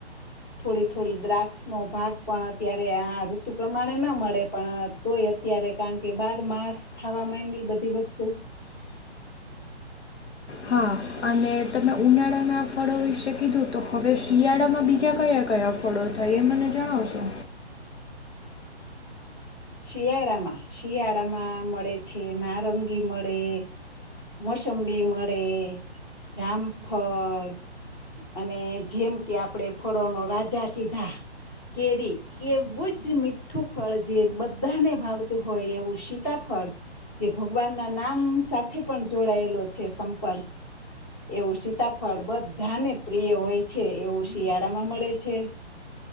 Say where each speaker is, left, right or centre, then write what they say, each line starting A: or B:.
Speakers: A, on the left; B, on the left.
A: થોડી થોડી દ્રાક્ષ નો ભાગ પણ અત્યારે આ ઋતુ પ્રમાણે ના મળે પણ તોય અત્યારે કારણ કે બાર માસ થ માં એ બધી વસ્તુ
B: હા અને તમે ઉનાળાના ફળો વિશે કીધું તો હવે શિયાળામાં બીજા કયા કયા ફળો થાય એ મને જણાવશો
A: શિયાળામાં શિયાળામાં મળે છે નારંગી મળે મોસંબી મળે જામફળ અને જેમ કે આપણે ફળો ન રાજા કીધા કેરી એવું જ મીઠું ફળ જે બધાને ભાવતું હોય એવું સીતાફળ જે ભગવાન ના નામ સાથે પણ જોડાયેલો છે સંપર્ક એવું સીતાફળ બધાને પ્રિય હોય છે એવું શિયાળામાં મળે છે